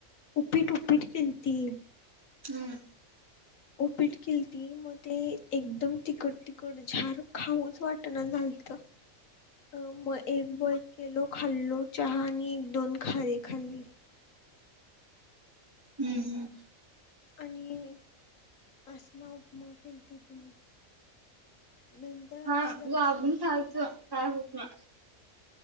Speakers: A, on the left; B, on the right.
A: उपीट उपीट केलती
B: हम्म
A: उपीट केल ती मग ते एकदम तिकट तिकट झाार खाऊच वाट ना झालत. अ मग एक ब केलो खाल्लो चहा आणि एक दोन खारीे खाल्ली.
B: हम्म हम्म.
A: आणि असला उपमा केलीती तिने नंतर
B: हा
A: आता जराशी
B: गबून खहायचं काय होत ना